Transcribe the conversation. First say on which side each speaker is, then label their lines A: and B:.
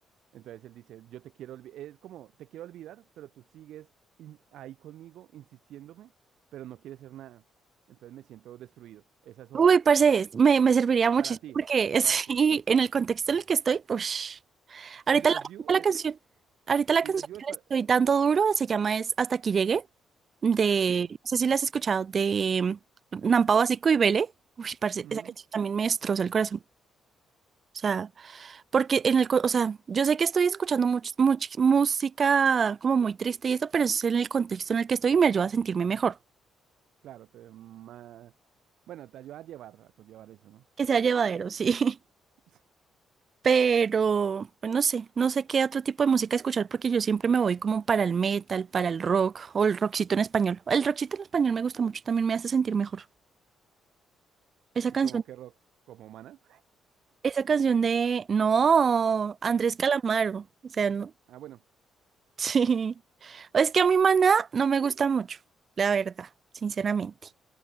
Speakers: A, on the right (about 80°); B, on the right (about 45°).
A: Entonces él dice, yo te quiero olvidar, es como, te quiero olvidar, pero tú sigues in- ahí conmigo, insistiéndome, pero no quieres hacer nada. Entonces me siento destruido. Esa es Over,
B: Uy, parce,
A: ¿sí?
B: me, me serviría muchísimo
A: Para ti,
B: porque
A: es para
B: <laughs> sí,
A: ti.
B: en el contexto en el que estoy, ush. Ahorita
A: Y That's
B: la,
A: You,
B: ahorita la
A: eh,
B: canción, ahorita la
A: y
B: canción
A: That's You
B: que
A: es
B: le
A: para...
B: estoy dando duro se llama es Hasta aquí llegué, de,
A: Sí,
B: no sé si la has escuchado, de Nampa Básico y Vele. Uy, parce,
A: ujú,
B: esa canción también me destroza el corazón. O sea, porque en el, co- o sea, yo sé que estoy escuchando much- much- música como muy triste y esto, pero es en el contexto en el que estoy y me ayuda a sentirme mejor.
A: claro, te ma- Bueno, te ayuda a llevar, a conllevar eso, ¿no?
B: Que sea llevadero, <laughs> sí.
A: <laughs>
B: Pero, pues no sé, no sé qué otro tipo de música escuchar porque yo siempre me voy como para el metal, para el rock o el rockcito en español. El rockcito en español me gusta mucho, también me hace sentir mejor. Esa
A: Y
B: canción,
A: como que rock, como mana.
B: esa canción de, no, Andrés Calamaro, o sea, no,
A: Ah, bueno,
B: <laughs> sí. Es que a mi maná no me gusta mucho, la verdad, sinceramente.